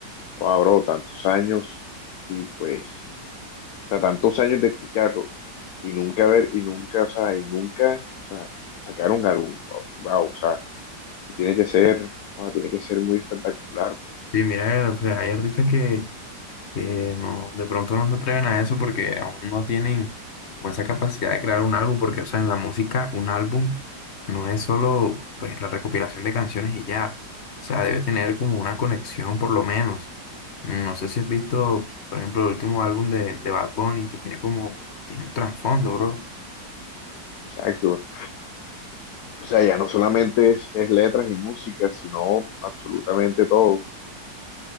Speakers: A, on the left; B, on the left.
A: wow, bro, tantos años y pues, o sea, tantos años de escucharlo y nunca ver, y nunca, o sea, y nunca, o sea, sacar un álbum, wow, o sea, que tiene que ser, wow, tiene que ser muy espectacular.
B: Sí, mira, pues hay artistas que, que no, de pronto no se atreven a eso porque aún no tienen como esa capacidad de crear un álbum, porque, o sea, en la música un álbum no es solo pues la recopilación de canciones y ya, o sea, debe tener como una conexión por lo menos. Mm, No sé si has visto, por ejemplo, el último álbum de, de Bad Bunny que tiene como, tiene un trasfondo, bro.
A: Exacto. O sea, ya no solamente es, es letras y música, sino absolutamente todo.